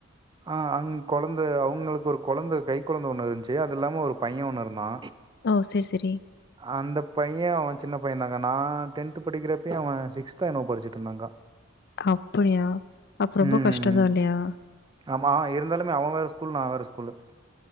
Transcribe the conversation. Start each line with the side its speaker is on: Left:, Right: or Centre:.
Right: அ அங் கொழந்த அவுங்களுக்கு ஒரு கொழந்த கை கொழந்த ஒண்ணு இருந்துச்சு அது இல்லாம ஒரு பைய ஒண்ணு இருந்தா
Left: ஓ சேர் சேரி
Right: அந்த பைய அவ சின்ன பையந்தாங்கா நா டென்த்து படிக்கிறப்பையே அவ சிக்ஸ்தோ என்னவோ படிச்சிட்ருந்தாக்கா
Left: அப்பிடியா அப்ப ரொம்ப
Right: ம்
Left: கஷ்டோந்தா இல்லயா
Right: ஆமா இருந்தாலுமே அவ வேற ஸ்கூலு நா வேற ஸ்கூலு